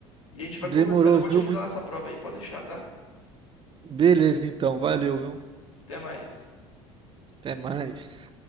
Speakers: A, on the left; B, on the right.
A: E a gente vai
B: Demorou,
A: conversando, eu vou
B: viu?
A: te ajudar
B: Muito.
A: nessa prova aí, pode deixar, tá?
B: Beleza, então. Valeu, viu?
A: Até mais.
B: Até mais.